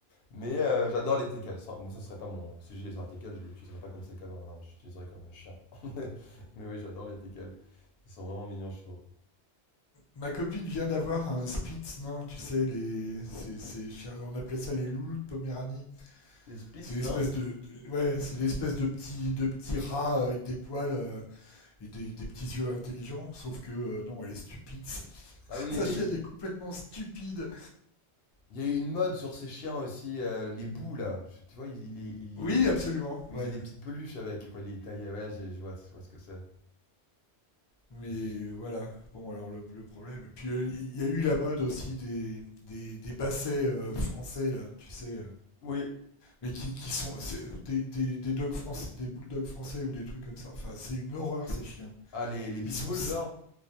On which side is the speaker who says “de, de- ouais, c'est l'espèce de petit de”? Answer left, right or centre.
Left